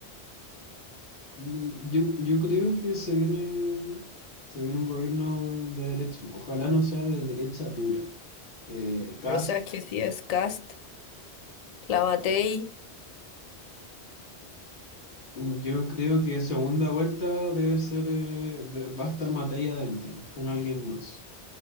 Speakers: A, on the left (about 85°); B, on the left (about 60°).
A: Mm, Yo, yo creo que se viene, se viene un gobierno de derecha. Ojalá no sea de derecha dura. Eh, Kast,
B: O sea, es que si es Cast, la Matei,
A: yo creo que segunda vuelta debe ser, eh, de- va a estar Matei adentro, con alguien más.